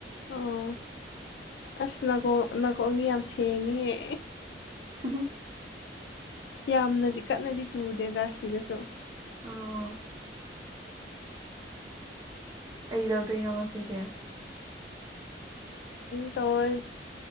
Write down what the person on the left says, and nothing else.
ꯑꯣ ꯑꯁ ꯅꯥꯀꯣꯡꯗꯤ ꯌꯥꯝ ꯁꯦꯡꯉꯦꯍꯦ
ꯌꯥꯝꯅꯗꯤ ꯀꯟꯅꯗꯤ ꯆꯨꯗꯦꯗ ꯁꯤꯗꯁꯨ
ꯇꯧꯔ